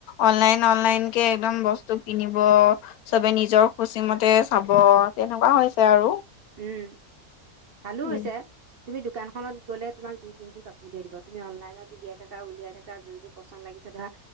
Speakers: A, on the left; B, on the right.
A: অনলাইন অনলাইন কে একদম বস্তু কিনিব। চবে নিজৰ খুচী মতে চাব তেনেকুৱা হৈছে আৰু।
B: উম, ভালো
A: উম
B: হৈছে। তুমি দোকানখনত গ'লে তোমাক দুই তিনিযোৰ কাপোৰ উলিয়াই দিব তুমি অনলাইনত উলিয়াই থাকা, উলিয়াই থাকা, যোন যোৰ পচন্দ লাগিছে ধৰা